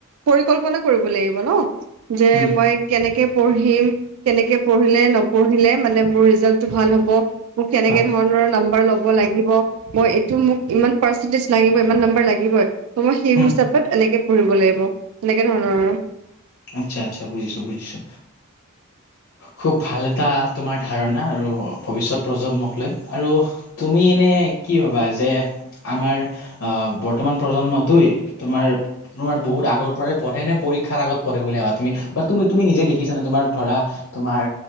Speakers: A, on the right; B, on the left.
A: পৰিকল্পনা কৰিব লাগিব ন, যে
B: উম
A: মই কেনেকে পঢ়িম, কেনেকে পঢ়িলে নপঢ়িলে মানে মোৰ ৰিজাল্টটো ভাল হ'ব। মোক কেনেকে
B: হয়
A: ধৰণৰ নাম্বাৰ ল'ব লাগিব। মই, এইটো মোক ইমান পাৰ্চেন্টেজ লাগিব। ইমান নম্বৰ লাগিবই ত মই সেই
B: উম
A: হিচাপত এনেকে পঢ়িব লাগিব এনেকে ধৰণৰ। আৰু।
B: আচ্ছা-আচ্ছা বুজিছো-বুজিছো।
A: <inaudible>
B: খুব ভাল এটা তোমাৰ ধাৰণা আৰু ভৱিষ্যত প্ৰজন্মক লৈ। আৰু তুমি এনে কি ভাবা যে, আমাৰ আহ বৰ্তমান প্ৰজন্মটোই? তোমাৰ তোমাৰ বহুত আগৰ পৰাই পঢ়েনে পৰীক্ষাৰ আগত পঢ়ে বুলি ভাবা তুমি তুমি তুমি নিজে দেখিছানে তোমাৰ ধৰা তোমাৰ